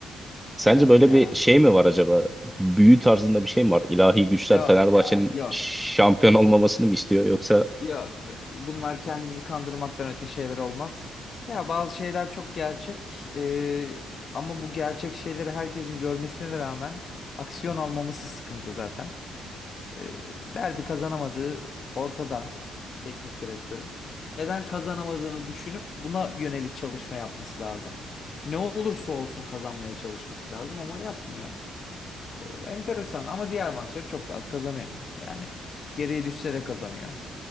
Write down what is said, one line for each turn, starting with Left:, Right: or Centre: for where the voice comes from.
Centre: Sence
Left: Yok
Centre: böyle
Left: ya.
Centre: bir şey mi var acaba? Büyü tarzında bir şey mi var? İlahi güçler
Left: Yok
Centre: Fenerbahçe'nin
Left: ya. Yok
Centre: şampiyon olmamasını mı istiyor? Yoksa
Left: Yok, yok. Bunlar kendimizi kandırmaktan öte şeyler olmaz. Ya bazı şeyler çok gerçek. eee, ama bu gerçek şeyleri herkesin görmesine rağmen aksiyon almaması sıkıntı zaten. Eee, derbi kazanamadığı ortada teknik direktörün. Neden kazanamadığını düşünüp buna yönelik çalışma yapması lazım. Ne olursa olsun kazanmaya çalışması lazım ama yapmıyor. Eee, enteresan ama diğer maçları çok rahat kazanıyor. Yani geriye düşse de kazanıyor.